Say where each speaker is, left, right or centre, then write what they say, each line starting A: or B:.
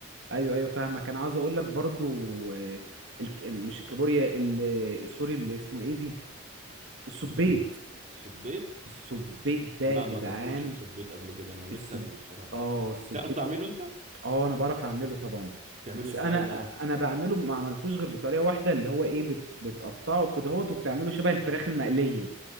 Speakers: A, on the right; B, on the right.
A: ايوه ايوه فاهمك انا عاوز اقول لك برضو آه، الك... مش الكابوريا ال- سوري اللي اسمه ايه دي السبيت
B: الايه الصبيط
A: السبيت ده
B: لا
A: يا جدعان
B: ما اكلتوش الصبيط قبل كده انا نفسي
A: السب
B: اكله الصراحة
A: اه السبيت
B: تعرف تعمله انت
A: اه انا بعرف اعمله طبعا
B: بتعمله
A: بس
B: ازاي
A: انا
B: بقى
A: انا بعمله ما عملتوش غير بطريقه واحده اللي هو ايه بت... بتقطعه كده هوت وبتعمله شبه الفراخ المقليه